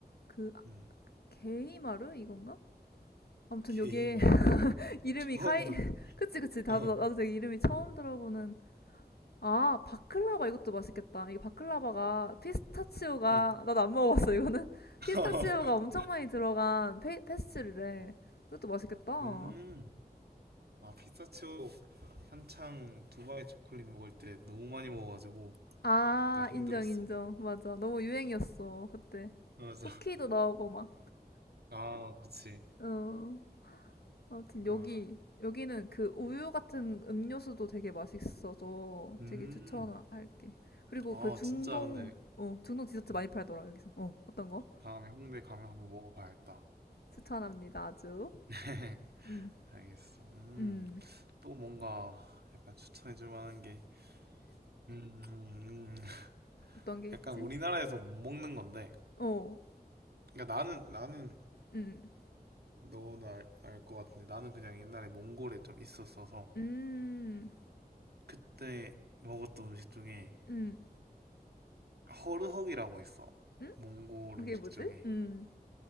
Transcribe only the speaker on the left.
그 아,
게이마르 이건가? 아무튼
여기에 <laughs>
이름이
카이
<laughs> 그치 그치 나도
나도 되게 이름이 처음 들어보는 아 바클라바 이것도 맛있겠다 이게 바클라바가 피스타치오가
나도 안 먹어봤어 이거는 <laughs>
피스타치오가 엄청 많이 들어간 페, 페스츄리래 이것도 맛있겠다
음어아
인정 인정 맞아 너무 유행이었어 그때
쿠키도 나오고 막
어. 아무튼
여기 여기는 그 우유 같은 음료수도 되게 맛있어서
되게 추천할게. 그리고
그 중동
어 중동 디저트
많이 팔더라 여기서. 어 어떤 거?
추천합니다 아주.
음,
음
어떤 게 있지?
어,
음,
음,
음, 음?
음?
그게
뭐지?
음,